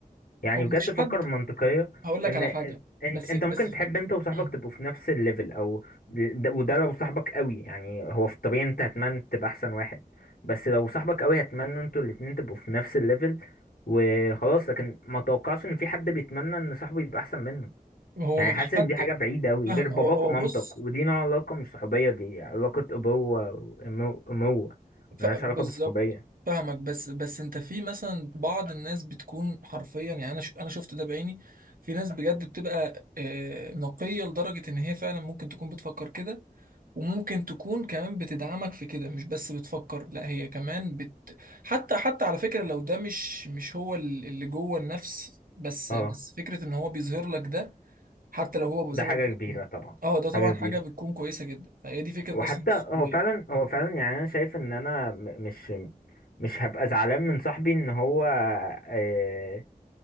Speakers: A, on the left; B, on the right.
A: يعني
B: هو مفيش
A: بجد فكر
B: حد
A: منطقية
B: هقول لك
A: ان
B: على حاجة
A: انت
B: بس
A: انت
B: بس
A: ممكن
B: في-
A: تحب انت وصاحبك
B: مم.
A: تبقوا في نفس الليفل او ده وده لو صاحبك قوي يعني هو في الطبيعي انت هتمنى تبقى احسن واحد بس لو صاحبك قوي هتمنى انتوا الاتنين تبقوا في نفس الليفل وخلاص لكن ما توقعش ان في حد بيتمنى ان صاحبه يبقى احسن منه
B: هو
A: يعني
B: مفيش
A: حاسس ان
B: حد
A: دي حاجة بعيدة قوي
B: فاهم
A: غير باباك
B: هو هو
A: ومامتك
B: بص
A: ودي نوع علاقة مش صحوبية دي علاقة ابوة واموة
B: ف...
A: ملهاش
B: بالظبط
A: علاقة بالصحوبية
B: فاهمك بس بس انت في مثلا بعض الناس بتكون حرفيا يعني انا ش... انا شفت ده بعيني في ناس بجد بتبقى آه، نقية لدرجة ان هي فعلا ممكن تكون بتفكر كده وممكن تكون كمان بتدعمك في كده مش بس بتفكر لا هي كمان بت... حتى حتى على فكرة لو ده مش مش هو ال- اللي جوه النفس بس
A: اه
B: بس فكرة ان هو بيظهر لك ده حتى لو هو
A: ده
B: زي
A: حاجة
B: ما قلت
A: كبيرة
B: لك
A: طبعا
B: اه ده طبعا
A: حاجة كبيرة
B: حاجة بتكون كويسة جدا فهي دي فكرة
A: وحتى
B: اصلا الصحوبية
A: هو فعلا هو فعلا يعني انا شايف ان انا م- مش مش هبقى زعلان من صاحبي ان هو آه،